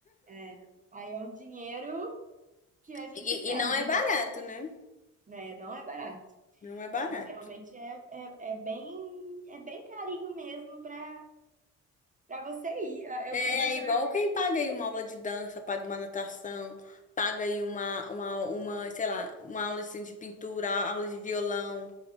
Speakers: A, on the right; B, on the left.
A: É. Aí é um dinheiro. que a gente
B: E,
A: perde,
B: e não é barato,
A: né?
B: né?
A: Né? Não é barato.
B: Não é barato.
A: E Geralmente é, é, é bem é bem carinho mesmo para para você ir. Eu
B: É
A: eu fico pensando,
B: igual quem paga aí uma aula de dança, paga uma natação, paga aí uma, uma, uma, sei lá, uma aula assim, de pintura, aula de violão.